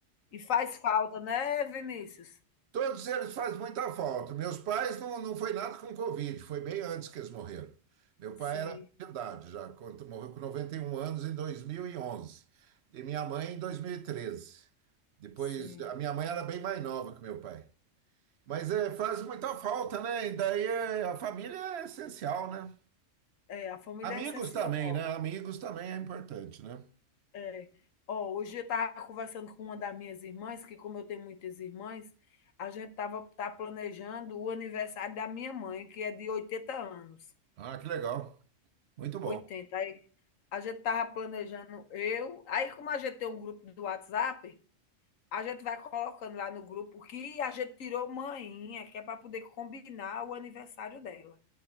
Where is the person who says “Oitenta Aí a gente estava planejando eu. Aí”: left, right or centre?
Left